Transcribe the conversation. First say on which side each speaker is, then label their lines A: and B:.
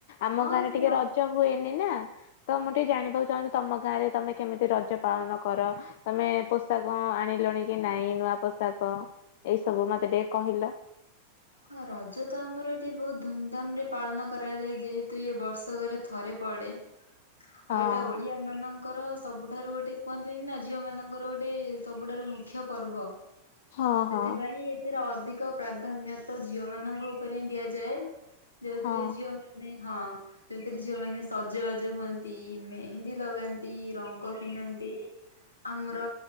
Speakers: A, on the left; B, on the left.
A: ଆମ
B: ହଁ
A: ଗାଁରେ
B: ସେ
A: ଟିକେ
B: ର
A: ରଜ ହୁଏନି ନା, ତ ମୁଁ ଟିକେ ଜାଣିବାକୁ ଚାହୁଁଛି ତମ ଗାଁରେ ତମେ କେମିତି ରଜ ପାଳନ କର? ତମେ ପୋଷାକ ଆଣିଲଣି କି ନାଇଁ ନୂଆ ପୋଷାକ, ଏଇ ସବୁ ମତେ ଟିକେ କହିଲ?
B: ହଁ ରଜ ତ ଆମର ଏଠି ବହୁତ ଧୁମଧାମରେ ପାଳନ କରାଯାଏ। ଯେହେତୁ ଇଏ ବର୍ଷକରେ ଥରେ ପଡ଼େ।
A: ହଁ।
B: ଆଉ ଏଇଟା ଓଡିଆମାନଙ୍କର ସବୁଠାରୁ ଗୋଟେ କୁହନ୍ତିନି ନା ଝିଅ ମାନଙ୍କ ନଙ୍କର ଗୋଟେ ସବୁଠାରୁ ମୁଖ୍ୟ ପର୍ବ।
A: ହଁ ହଁ
B: ସେଥିପାଇଁ ଏ ଏଥିରେ ଅଧିକ ପ୍ରାଧାନ୍ୟତା ଝିଅ ମାନଙ୍କ ଉପରେ ହିଁ ଦିଆଯାଏ। ଯୋଉଥିରେ
A: ହଁ
B: ଝିଅ ମାନେ ମାନେ ହଁ ଏଇଥିରେ ଝିଅ ମାନେ ସଜବାଜ ହୁଅନ୍ତି, ମେହେନ୍ଦୀ ଲଗାନ୍ତି, ରଙ୍ଗ ଫ୍ରକ ପିନ୍ଧନ୍ତି।
A: ହ <unintelligible>
B: ଆମର